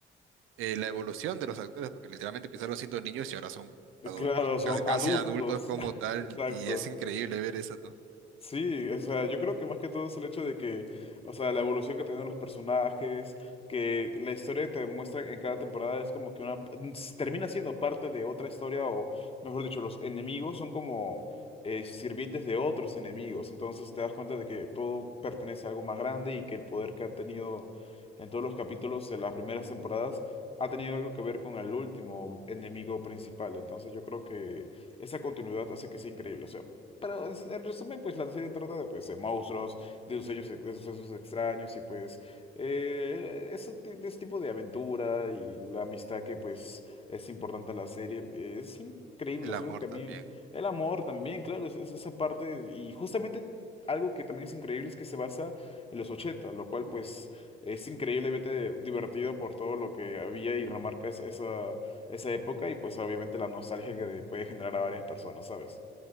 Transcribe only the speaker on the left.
Claro, son
adultos.
<laughs>
Exacto.
Sí, o sea, yo creo que más que todo es el hecho de que, o sea, la evolución que tienen los personajes, que la historia que te muestran en cada temporada es como que una, s- termina siendo parte de otra historia, o mejor dicho, los enemigos son como eh, sirvientes de otros enemigos, entonces te das cuenta de que todo pertenece a algo más grande y que el poder que han tenido en todos los capítulos de las primeras temporadas ha tenido algo que ver con el último enemigo principal, entonces yo creo que esa continuidad hace que sea increíble, o sea. Pero en en resumen, pues la serie trata de, pues, de monstruos, de sueños, de sucesos extraños y pues eh, eso ti- de ese tipo de aventura y la amistad que pues es importante a la serie. eh, Es increíble,
es
algo que a
mí, el amor también, claro, es, es esa parte y justamente algo que también es increíble es que se basa en los 80 lo cual pues es increíblemente divertido por todo lo que había y remarca esa, esa esa época y pues obviamente la nostalgia que puede generar a varias personas, ¿sabes?